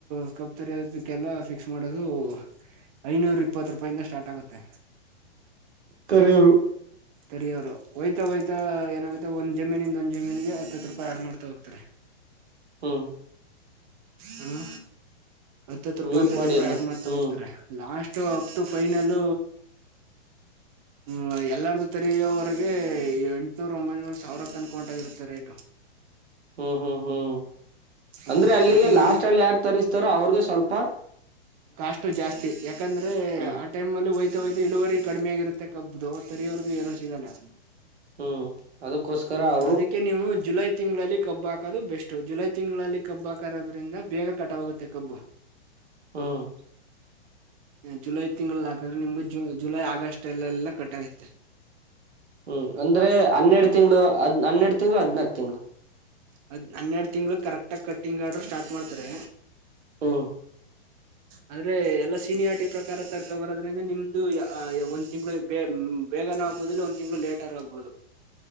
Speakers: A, on the right (about 35°); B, on the right (about 80°).
A: ಸ್ಕಪ್ ತರೋದಕ್ಕೆಲ್ಲ ಫಿಕ್ಸ್ ಮಾಡೋದು ಐನೂರ ಇಪ್ಪತ್ ರೂಪಾಯಿಂದ ಸ್ಟಾರ್ಟ್ ಆಗುತ್ತೆ
B: ತರೆಯೂರು
A: ಸರಿ ಅವ್ರು ಒಯ್ತ ಒಯ್ತ ಏನಾಗುತ್ತೆ ಒಂದ್ ಜಮೀನಿಂದ ಒಂದ್ ಜಮೀನ್ಗೆ ಹತ್ತತ್ ರೂಪಾಯಿ ಆಡ್ ಮಾಡ್ತಾ ಹೋಗ್ತಾರೆ
B: ಹ್ಮ
A: ಹ್ಮ ಹತ್ತತ್ ರೂಪಾಯಿ
B: ಮ್ಯೂಟ್
A: ಹತ್ತತ್
B: ಮಾಡಿ
A: ರೂಪಾಯಿ
B: ಅದ್ನ
A: ಆಡ್ ಮಾಡ್ತಾ
B: ಹ್ಮ್
A: ಹೋಗ್ತಾರೆ ಲಾಸ್ಟ್ ಅಪ್ತು ಫೈನಲ್ ಹ್ಮ್ ಎಲ್ಲಾರ್ದು ತೆರೆಯುವವರೆಗೆ ಎಂಟುನೂರ ಒಂಬೈನೂರ ಸಾವಿರ ಅನ್ಕೊಂಟಾಗಿರುತ್ತೆ ರೇಟ
B: ಹ ಹ್ಮ್ ಹ್ಮ್ ಹ್ಮ್
A: ಹ್ಮ
B: ಅಂದ್ರೆ ಅಲ್ಲಿಗೆ
A: ಸ್ಟಾರ್ಟಿಂಗ್
B: ಲಾಸ್ಟ್
A: ನಿಮ್
B: ಅಲ್ಲಿ ಯಾರ್ ತರಿಸ್ತಾರೋ ಅವ್ರಗೆ ಸ್ವಲ್ಪ
A: ಕಾಸ್ಟ್ ಜಾಸ್ತಿ ಯಾಕಂದ್ರೆ
B: ಹ್ಮ್
A: ಆ ಟೈಮ್ ಅಲ್ಲಿ ಹಯ್ತ ಯತ ಇಳುವರಿ ಕಡಿಮ ಆಗಾಗಿರುತ್ತೆ ಕಬ್ಬುದುು ತರಿಯೋವರ್ಗೂ ಏನನು ಸಿಗಲ್ಲ
B: ಹ್ಮ್ ಅದಕ್ಕೋಸ್ಕರ ಆ
A: ಅದಕ್ಕೆ ನೀವು ಜುಲೈ ತಿಂಗಳಲ್ಲಿ ಕಬ್ಬ ಹಾಕೋದು ಬೆಸ್ಟ್ ಜುಲೈ ತಿಂಗಳಲ್ಲಿ ಕಬ್ ಹಾಕರೋದ್ರಿಂದ ಬೇಗ ಕಟವಾಗುತ್ತೆ ಕಬ್ಬು
B: ಹ್ಮ್
A: ಜುಲೈ ತಿಂಗಳ ಹಾಕಿದ್ರೆ ನಿಮ್ಗೆ ಜ ಜುಲೈ ಆಗಸಲ್ಲ ಕಟ್ಟಗೆ
B: ಹ್ಮ್ ಅಂದ್ರೆ ಹನ್ನೆರಡು ತಿಂಳು ಹದ್ ಹನ್ನೆರಡು ತಿಂಳ ಹದ್ನಾಕ್ ತಿಂಗಳು
A: ಅದ್ ಹನ್ನೆರಡು ತಿಂಗ್ಳ ಕರೆಕ್ಟ್ ಆಗ ಕಟ್ಟಿಂಗ್ ಆ್ರರು ಸ್ಟಾರ್ಟ್ ಮಾಡ್ತಾರೆ
B: ಹ
A: ಆದಂದ್ರೆ ಎಲ್ಲಾ ಸೀನಿಯಾರಿಟಿ ಪ್ರಕಾರ ತರ್ಕ ಬರೋದ್ರಿಂದ ನಿಮ್ದು ಒಂದ್ ತಿಂಗಳು ಬೇಗನ ಆಗ್ಬೋದಿಲ್ಲ ಒಂದ ತಿಂಗಳು ಲೇಟ್ ಆರ್ ಆಗ್ಬಹುದು